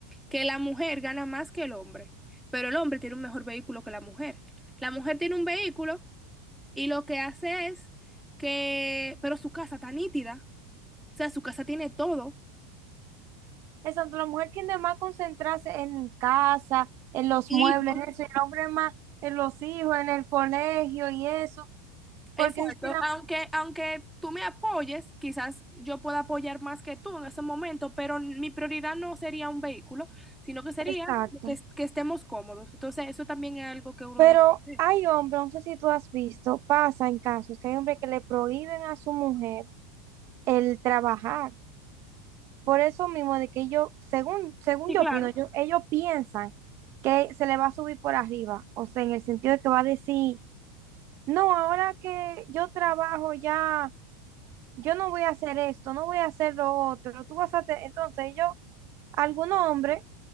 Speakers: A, in the centre; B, on the right.
A: que la mujer gana más que el hombre, pero el hombre tiene un mejor vehículo que la mujer. La mujer tiene un vehículo y lo que hace es que, pero su casa está nítida, o sea, su casa tiene todo,
B: Eso, la mujer tiende más a concentrarse en casa, en los
A: hijos,
B: muebles, en eso. y el hombre más en los hijos, en el colegio y eso.
A: exacto.
B: Porque es que-
A: Aunque, aunque tú me apoyes, quizás yo pueda apoyar más que tú en ese momento, pero mi prioridad no sería un vehículo, sino que sería
B: exacto.
A: como que, es- que estemos cómodos. Entonces, eso también es algo que uno
B: Pero
A: debe hacer.
B: hay hombres, no sé si tú has visto, pasa en casos que hay hombres que le prohíben a su mujer el trabajar. Por eso mismo de que ellos, según, según
A: Sí,
B: yo
A: claro,
B: opino, yo- ellos piensan que se le va a subir por arriba. O sea, en el sentido de que va a decir, no, ahora que yo trabajo ya, yo no voy a hacer esto, no voy a hacer lo otro. Tú vas a... te-". Entonces ellos, algunos hombres